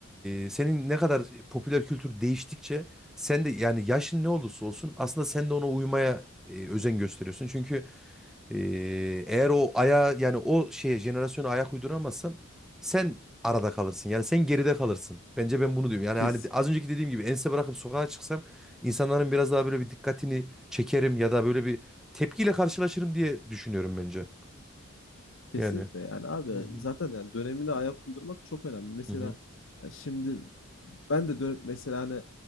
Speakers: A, in the centre; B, on the left.
A: e, senin ne kadar popüler kültür değiştikçe sen de yani yaşın ne olursa olsun aslında sen de ona uymaya e, özen gösteriyorsun. Çünkü e, eğer o aya yani o şeye jenerasyona ayak uyduramazsan sen arada kalırsın. Yani sen geride kalırsın. Bence ben bunu diyorum. Yani
B: Kes,
A: hani az önceki dediğim gibi ense bırakıp sokağa çıksam insanların biraz daha böyle bir dikkatini çekerim ya da böyle bir tepkiyle karşılaşırım diye düşünüyorum bence.
B: kesinlikle
A: Yani.
B: yani abi
A: Hı hı.
B: zaten yani dönemine ayak uydurmak çok önemli. Mesela
A: Hı hı.
B: ya şimdi ben de dönüp mesela hani e,